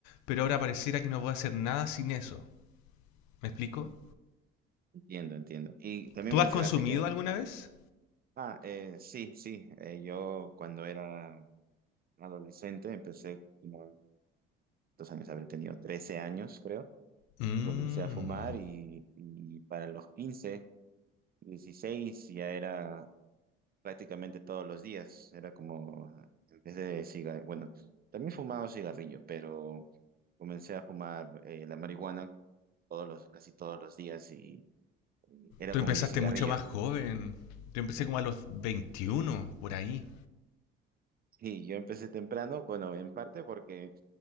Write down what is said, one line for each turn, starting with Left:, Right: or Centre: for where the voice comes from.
Left: pero ahora pareciera que no puedo hacer nada sin eso. ¿Me explico?
Right: Entiendo, entiendo. Y también
Left: ¿Tú
Right: mencionaste
Left: has consumido
Right: que,
Left: alguna vez?
Right: ah, eh, sí, sí, eh, yo cuando era adolescente empecé como, dos años habré tenido 13 años, creo,
Left: Mm.
Right: y comencé a fumar y, y para los 15 16 ya era prácticamente todos los días. Era como, en vez de cigarrillo, bueno, también fumaba cigarrillo, pero comencé a fumar eh, la marihuana todos los, casi todos los días y era
Left: Tú
Right: como
Left: empezaste
Right: mi cigarrillo.
Left: mucho más
Right: <laughs>
Left: joven. Yo empecé como a los 21, por ahí.
Right: Y yo empecé temprano, bueno, en parte porque